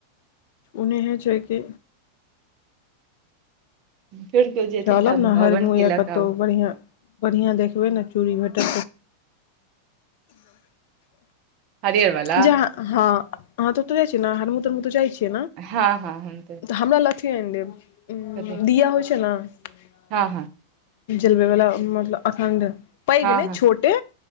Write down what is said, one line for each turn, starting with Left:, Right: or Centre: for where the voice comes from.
Left: ओनह छै कि
Right: <unintelligible>
Left: चाल ने
Right: कहबनि
Left: हर मुह
Right: कि
Left: य
Right: लऽ
Left: कतहु
Right: कऽ आउ
Left: बढ़िआँ बढ़िआँ देखबै ने चूड़ी भेटल
Right: हरियर वाला
Left: ज हँ ह तऽ ओतो जाइ छी ने हरमदमे तू जाइ छी
Right: हँ हँ हम
Left: तऽ हमरा लहठी अनि देब उ
Right: कथी
Left: दिया होइ छै ने
Right: हँ हँ
Left: जलबे वाला मतलब अखण्ड पैघ
Right: हँ
Left: ने
Right: हँ
Left: छोटे